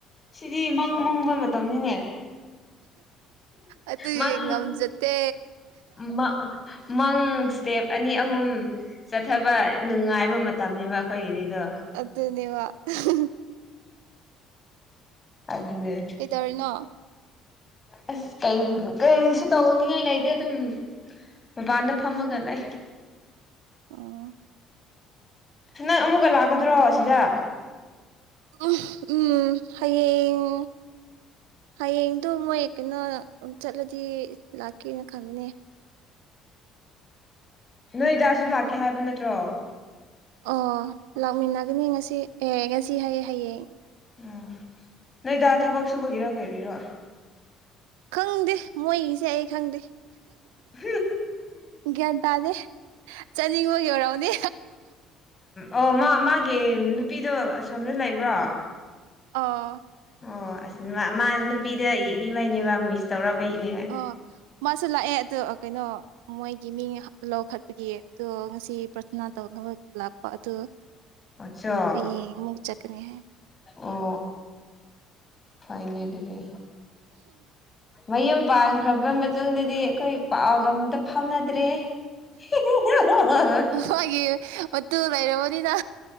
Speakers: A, on the left; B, on the right.
A: ꯁꯤꯗꯤ ꯃꯪ ꯃꯪꯕ ꯃꯇꯝꯅꯤꯅꯦ
B: ꯑꯗꯨꯒꯤ
A: ꯃꯪ
B: ꯉꯝꯖꯗꯦ
A: ꯃꯪ ꯃꯪ ꯏꯁꯇꯦꯞ ꯑꯅꯤ ꯑꯍꯨꯝ ꯆꯠꯊꯕ ꯅꯨꯡꯉꯥꯏꯕ ꯃꯇꯝꯅꯤꯕ ꯑꯩꯈꯣꯏꯒꯤꯗꯤꯗꯣ
B: ꯑꯗꯨꯅꯦꯕ <unintelligible>
A: ꯑꯗꯨꯅꯦ
B: ꯀꯩꯇꯧꯔꯤꯅꯣ
A: ꯑꯁ ꯀꯩꯁꯨ ꯇꯧꯅꯤꯡꯉꯥꯏ ꯂꯩꯇꯦ ꯑꯗꯨꯝ꯫ ꯃꯄꯥꯟꯗ ꯐꯝꯃꯒ ꯂꯩ
B: ꯑꯣ
A: ꯅꯪ ꯑꯃꯨꯛꯀ ꯂꯥꯛꯀꯗ꯭ꯔꯣ ꯁꯤꯗ
B: ꯎꯝ ꯎꯝ ꯍꯌꯦꯡ ꯍꯌꯦꯡꯗꯨꯣꯃꯣꯏ ꯀꯩꯅꯣ ꯆꯠꯂꯗꯤ ꯂꯥꯛꯀꯦꯅ ꯈꯪꯕꯅꯦ
A: ꯅꯣꯏ ꯗꯥꯁꯨ
B: ꯎꯝ
A: ꯂꯥꯛꯀꯦ ꯍꯥꯏꯕ ꯅꯠꯇ꯭ꯔꯣ
B: ꯑꯣ ꯂꯥꯛꯃꯤꯟꯅꯒꯅꯤ ꯉꯁꯤ ꯑꯦ ꯉꯁꯤ ꯍꯌꯦꯡ
A: ꯑꯣ ꯅꯣꯏ ꯗꯥ ꯊꯕꯛ ꯁꯨꯕꯒꯤꯔ ꯀꯩꯒꯤꯔꯣ
B: ꯈꯪꯗꯦ ꯃꯣꯏꯒꯤꯁꯦ ꯑꯩ ꯈꯪꯗꯦ
A: ꯎꯝ
B: ꯒꯌ꯭ꯥꯟ ꯇꯥꯗꯦ ꯆꯠꯅꯤꯡꯕꯒꯤ ꯑꯣꯏꯔꯝꯅꯤ
A: ꯑꯣ ꯃ ꯃꯥ ꯒꯤ ꯅꯨꯄꯤꯗꯣ ꯑꯁꯣꯝꯗ ꯂꯩꯕ꯭ꯔꯣ
B: ꯑꯣ
A: ꯑꯣ ꯑꯁ ꯃꯥ ꯅꯨꯄꯤꯗ ꯌꯦꯡꯅꯤꯡꯕꯩꯅꯦꯕ ꯃꯤꯁ ꯇꯧꯔꯛ ꯄꯒꯤꯅꯤꯕ
B: ꯑ ꯃꯥꯁꯨ ꯂꯥꯛꯑꯦ ꯑꯗꯨ ꯀꯩꯅꯣ ꯃꯣꯏꯒꯤ ꯃꯤ ꯂꯧꯈꯠꯄꯒꯤ ꯑꯗꯣ ꯉꯁꯤ ꯄ꯭ꯔꯊꯅꯥ ꯇꯧꯅꯕ ꯂꯥꯛꯄ ꯑꯗꯨ
A: ꯑꯆꯥ
B: ꯍꯌꯦꯡ ꯑꯃꯨꯛ ꯆꯠꯀꯅꯤ ꯍꯥꯏ
A: ꯑꯣ ꯐꯩꯅ ꯑꯗꯨꯗꯤ ꯃꯌꯨꯝ ꯄꯥꯟꯈ꯭ꯔꯕ ꯃꯇꯨꯡꯗꯗꯤ ꯑꯩꯈꯣꯏ ꯄꯥꯎꯒ ꯑꯝꯇ ꯐꯥꯎꯅꯗ꯭ꯔꯦ <unintelligible>
B: ꯈꯣꯏꯒꯤ ꯃꯇꯨ ꯂꯩꯔꯕꯅꯤꯅ